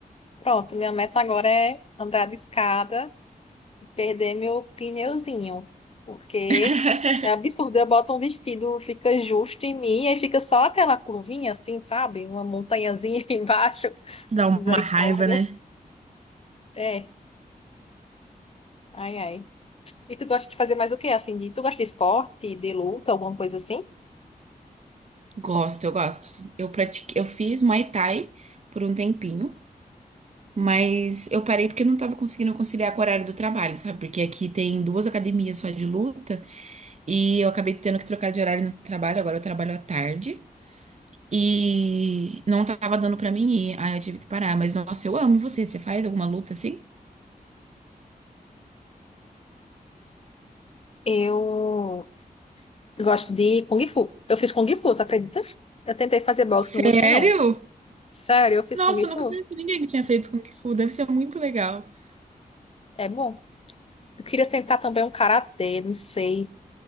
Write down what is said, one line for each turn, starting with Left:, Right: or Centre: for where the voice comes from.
Left: Pronto, minha meta agora é andar de escada. e perder meu pneuzinho, porque
Right: <laughs>
Left: é absurdo. Eu boto um vestido, fica justo em mim, e aí fica só aquela curvinha assim, sabe? Uma montanhazinha <laughs> embaixo,
Right: Dá
Left: assim,
Right: uma
Left: misericórdia.
Right: raiva, né?
Left: É, ai, ai. E tu gosta de fazer mais o quê? Assim, de, tu gosta de esporte, de luta, alguma coisa assim?
Right: Gosto, eu gosto. Eu pratiquei, eu fiz Muay Thai por um tempinho, mas eu parei porque eu não tava conseguindo conciliar com o horário do trabalho, sabe? Porque aqui tem duas academias só de luta e eu acabei tendo que trocar de horário no trabalho, agora eu trabalho à tarde e não tava dando pra mim ir. Aí eu tive que parar, mas nossa, eu amo você. Você faz alguma luta assim?
Left: Eu gosto de Kung Fu. Eu fiz Kung Fu, tu acredita? Eu tentei fazer boxe,
Right: Sério?
Left: não gostei não. Sério, eu fiz
Right: Nossa,
Left: Kung
Right: eu
Left: Fu?
Right: nunca conheci ninguém que tinha feito Kung Fu. Deve ser muito legal. <laughs>
Left: É bom. Eu queria tentar também um karatê, não sei.